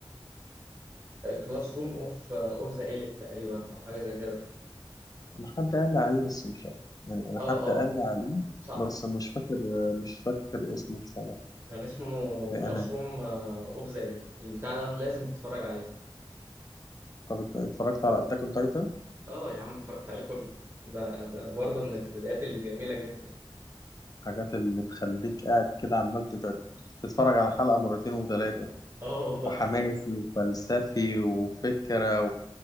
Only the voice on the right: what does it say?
كلاس روم أوف أوف ذا إيليت تقريبا أو حاجة زي كده
أه
أه
صح
كان اسمه
كلاس روم اوف ذا إليت البتاع ده لازم تتفرج عليه
اه يا عم اتفرجت عليه كله ده ده برضه من البدايات الجميلة جدا
اه والله